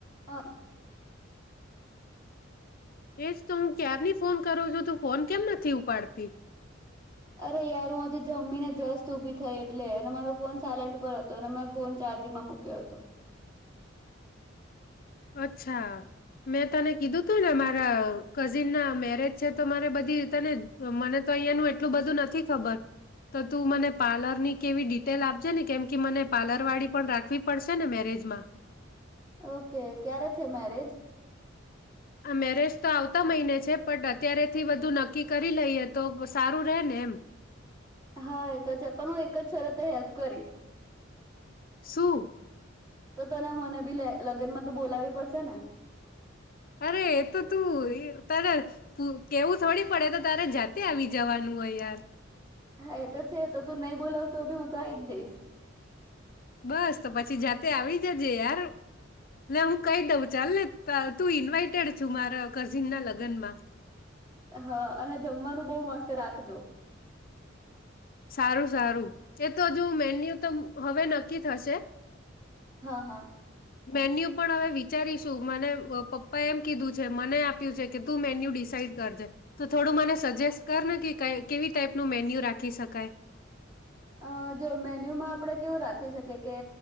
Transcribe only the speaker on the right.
હા
અરે યાર હું હજી જમી ને જસ્ત ઊભી થઈ એટલે અને મારો ફોન સાયલેન્ટ પર હતો અને મેં ફોન ચાર્જિંગમાં મૂક્યો હતો
ઓકે ક્યારે છે મેરેજ
હા એ તો છે પણ હું એક જ શરતે હેલ્પ કરીશ
તો તને મને બી લગ્નમાં તો બોલાવી પડશે ને
હા એ તો છે તો તું નહી બોલાવતો ભી હું તો આ આવી જ જઈશ
હા અને જમવાનું બહ મસ્ત રાખજો
હા હા
અ જો મેન્યુમાં આપડે કેવું રાખી લખી શકે કે